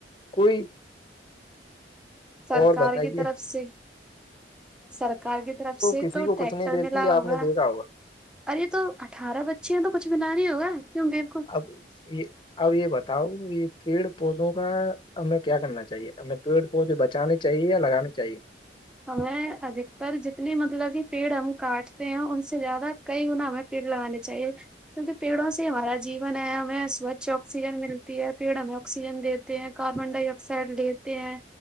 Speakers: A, on the left; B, in the centre.
A: کوئی
B: سرکار
A: اور بتائیے
B: کے طرف سے سرکار کی طرف سے
A: کسی
B: تو
A: کو
B: ٹریکٹر
A: کچھ نہیں دیتی
B: ملا ہوگا
A: آپ نے دیکھا
B: ارے تو اٹھارہ بچے ہیں تو کچھ ملا نہیں ہوگا کیونکہ
A: اب یہ اب یہ بتاؤ یہ پیڑ پودوں کا ہمیں کیا کرنا چاہیے ہمیں پیڑ پودے بچانی چاہیے یا لگانی چاہیے
B: ہمیں ادھکتر جتنے مطلب کہ پیڑ ہم کاٹتے ہیں ان سے زیادہ کئی گنا ہمیں پیڑ لگانے چاہیے کیونکہ پیڑوں سے ہمارا جیون ہے ہمیں سوچھ آکسیجن ملتی ہے پیڑ ہمیں آکسیجن دیتے ہیں کاربن ڈائی آکسائڈ لیتے ہیں